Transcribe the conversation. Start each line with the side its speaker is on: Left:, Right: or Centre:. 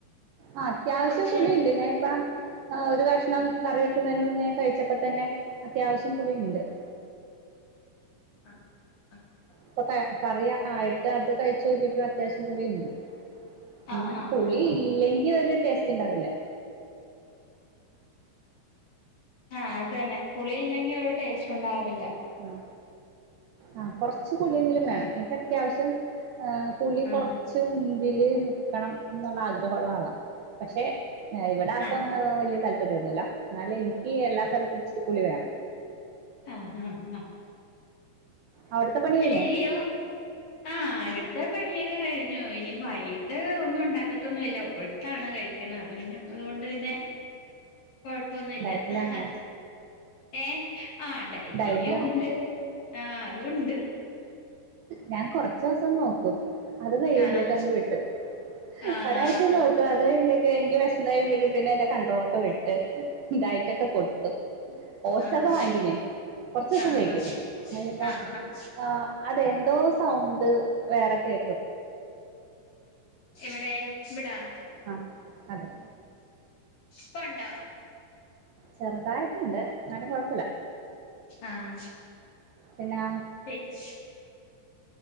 Right: ആ അത്യാവിശ്യം
Left: കൊറച്ച്
Right: പുളി ഒണ്ട് ഞാനിപ്പാ ആാ ഒര് കക്ഷണം കറി വെക്കുന്നേന് മുന്നേ കഴിച്ചപ്പോ തന്നെ അത്യാവിശ്യം പുളി ഇണ്ട് <inaudible>
Left: ആാ ആാ
Right: ഇപ്പൊ ക കറിയ ആയിട്ട് അത് കഴിച്ച് നോക്കിയപ്പോ അത്യാവിശ്യം പുളി ഇണ്ട് പിന്നെ
Left: ആഹ് ആഹ്
Right: പുളി
Left: ആഹ് ആഹ്
Right: ഇല്ലെങ്കി ഒര് ടേസ്റ്റ് ഇണ്ടാവില്ലാ
Left: ആാ അത് തന്നെ പുളി ഇല്ലെങ്കി ഒര് ടേസ്റ്റ് ഒണ്ടാവില്ല
Right: ആാ ആാ കൊറച്ച് പുള്ളിയെങ്കിലും വേണം എനിക്ക് അത്യാവിശ്യം ആാ പൂളി
Left: ആഹ്
Right: കൊറച്ച് മുൻപില് നിക്കണം എന്നുള്ളാ ആഗ്രഹം ഒള്ള ആളാ പശെ യെ ഇവടെ ആർക്കും
Left: ആഹ്
Right: അങ്ങനെ വല്ല്യാ താല്പാര്യം ഒന്നു ഇല്ലാ എന്നാല് എനിക്ക് എല്ലാ കറിക്കും ഇച്ചിരി ഉ പൂളി വേണം
Left: ആാ ആാ ആാ
Right: അവിടുത്തെ പണി കഴിഞ്ഞോ
Left: എരിയോ ആാ ഇവടാത്തെ പണിയൊക്കെ കഴിഞ്ഞ് ഞ്ഞു ഇനി വൈയിട്ട് ഒന്നും ഒണ്ടാക്കത്തൊന്നും ഇല്ല ഓട്സ് ആണ് കഴിക്ക്ന്നേത് അത് അത്കൊണ്ട് പിന്നെ കൊഴപ്പൊന്നു ഇല്ലാ
Right: ഡയറ്റിലാണോ
Left: ഹ യെ ആാ ഡയറ്റിങ്
Right: ഡയറ്റിലാണോ
Left: ഉണ്ട് ആ അതും ഉണ്ട്
Right: ഞാൻ കൊറച്ച് ദിവസം നോക്കും അത് കഴിയുമ്പോക്ക്
Left: ആഹ്
Right: അങ്ങ് വിട്ട്
Left: ആഹ്
Right: ഒരാഴ്ച നോക്കു അത് കഴിമ്പോഴ്ക്ക് എനിക്ക് വേഷന്ന് കഴിയ്മ്പോഴക്കും പിന്നെ എന്റെ കണ്ടട്രോളൊക്കെ വിട്ട് <unintelligible> ഡായിറ്റാക്കെ പൊട്ടു ഓട്സ്
Left: ആഹ് ആഹ്
Right: ഓക വാഗി ഞാൻ കൊറച്ച് ദിവസം
Left: ആഹ്
Right: കഴിക്കും <unintelligible>
Left: ആഹ് ആഹ്
Right: ആാ എന്തോ സൗണ്ട് വേറെ കെ
Left: എവടെ ഇവടാ
Right: ആാ അതെ
Left: പണ്ടാ
Right: ചെറുതായിട്ടുണ്ട് ന്നാലും കൊഴപ്പല്ല
Left: ആഹ്
Right: പിന്നെ
Left: <unintelligible>